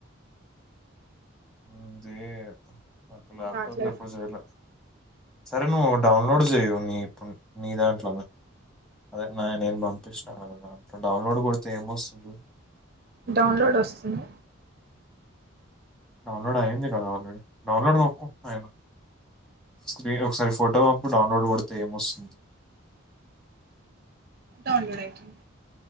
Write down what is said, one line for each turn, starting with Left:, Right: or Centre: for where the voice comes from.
Centre: అదే నాకు లాప్టాప్
Right: రాట్లేదు
Centre: ఎప్పుడు జెయల సరే నువ్వు డౌన్లోడ్ చేయు నీ నీ దాంట్లోనే అదే న నేను పంపించినా కదా దంట్లో డౌన్లోడ్ కొడితే ఏమొస్తుంది జూడు
Right: డౌన్లోడ్ వస్తుంది.
Centre: డౌన్లోడ్ అయింది కదా ఆల్రెడీ డౌన్లోడ్ నొక్కు అయిన, స్క్రీన్ ఒకసారి ఫోటో పంపు డౌన్లోడ్ కొడితే ఏమొస్తుంది.
Right: డౌన్లోడైతుంది